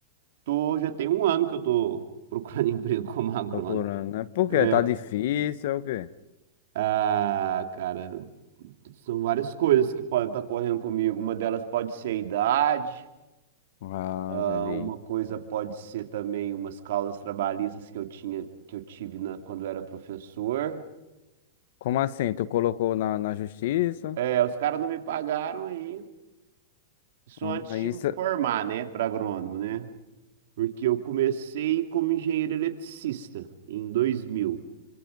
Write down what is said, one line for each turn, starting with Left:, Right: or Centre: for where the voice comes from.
Right: Tô, já tem um ano que eu tô procurando <laughs> emprego como agrônomo.
Left: procurando, né? Por
Right: É,
Left: quê? Tá difícil, é o quê?
Right: ah, cara, são várias coisas que podem estar correndo comigo. Uma delas pode ser a idade,
Left: Ah,
Right: ah,
Left: entendi.
Right: uma coisa pode ser também umas causas trabalhistas que eu tinha, que eu tive na, quando eu era professor.
Left: Como assim? Tu colocou na, na justiça?
Right: É, os caras não me pagaram aí. Isso
Left: Ah,
Right: antes de
Left: isso.
Right: me formar, né, para agrônomo, né? Porque eu comecei como engenheiro eletricista em 2000.